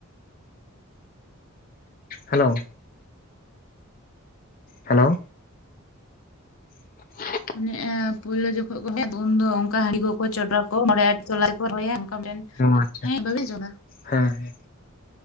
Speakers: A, on the left; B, on the left.
A: ᱦᱮᱞᱳ...... ᱦᱮᱞᱳ, <inaudible>
B: ᱢᱟᱱᱮ ᱮ ᱯᱩᱭᱞᱳ ᱡᱚᱠᱷᱚᱱ ᱠᱚ ᱨᱚᱦᱚᱭᱟ ᱠᱚ ᱩᱱ ᱫᱚ ᱚᱱᱠᱟ ᱦᱟᱺᱰᱤ ᱠᱚ ᱠᱚ ᱪᱚᱰᱚᱨᱟ ᱠᱚ ᱵᱟᱨᱭᱟ ᱛᱚᱞᱟ <unintelligible>
A: ᱚ ᱟᱪᱪᱷᱟ
B: ᱦᱮᱸ ᱵᱟᱵᱮᱱ ᱟᱸᱡᱚᱢ ᱫᱟ
A: ᱦᱮᱸ ᱦᱮᱸ